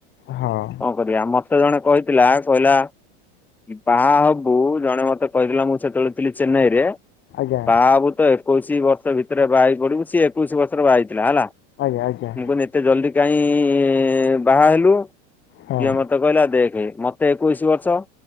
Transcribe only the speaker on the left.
ହଁ।
ଆଜ୍ଞା
ଆଜ୍ଞା ଆଜ୍ଞା।
ହଁ